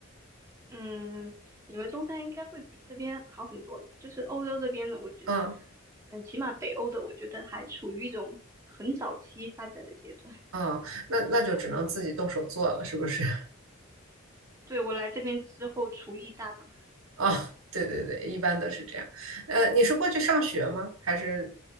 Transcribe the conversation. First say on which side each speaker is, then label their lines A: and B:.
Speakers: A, on the right; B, on the right.
A: 嗯，你们中餐应该会比这边好很多。就是欧洲这边的，我觉得，
B: 嗯
A: 嗯，起码北欧的，我觉得还处于一种很早期发展的阶段。
B: 嗯，那那就只能自己动手做了，是不是？<laughs>
A: 对，我来这边之后，厨艺大涨。
B: 啊，对对对，一般都是这样。呃，你是过去上学吗？还是